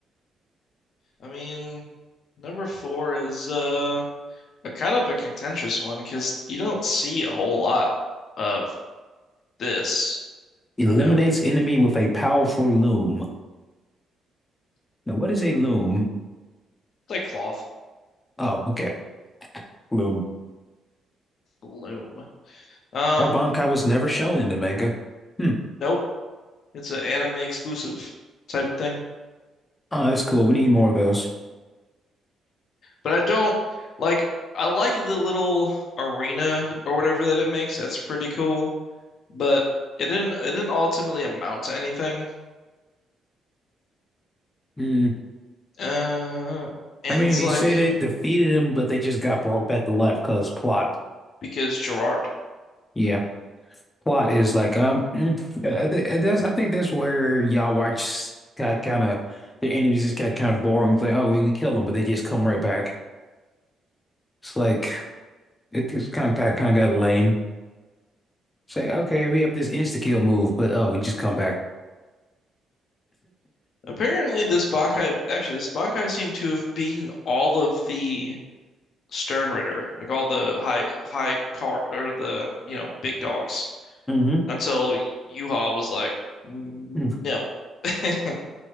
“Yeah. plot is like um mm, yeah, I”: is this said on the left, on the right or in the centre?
Left